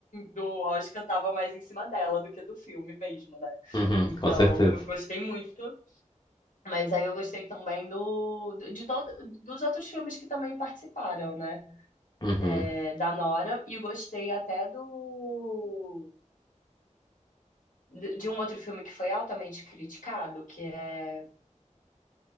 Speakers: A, on the left (about 85°); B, on the left (about 35°).
A: do Oscar estava mais em cima dela do que do filme mesmo, né?
B: Uhum,
A: Então,
B: com certeza.
A: eu gostei muito. Mas aí eu gostei também do, de todos dos outros filmes que também participaram, né?
B: Uhum.
A: é, da Nora e gostei até do de de um outro filme que foi altamente criticado, que é